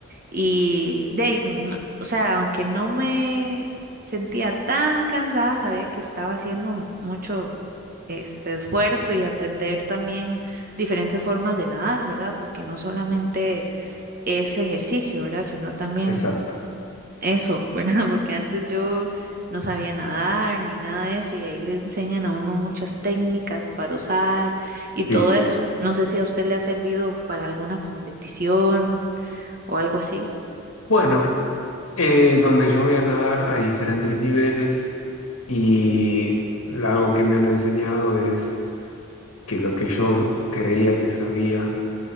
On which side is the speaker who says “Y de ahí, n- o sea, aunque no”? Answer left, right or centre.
Right